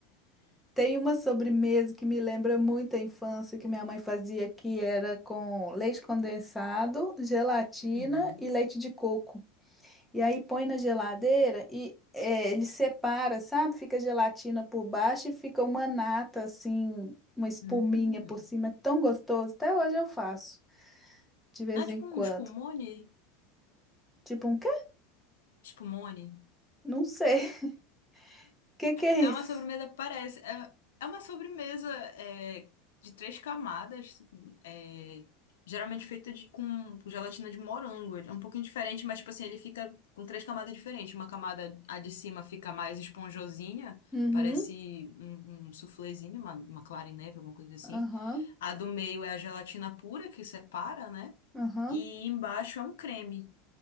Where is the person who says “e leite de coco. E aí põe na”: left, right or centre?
Centre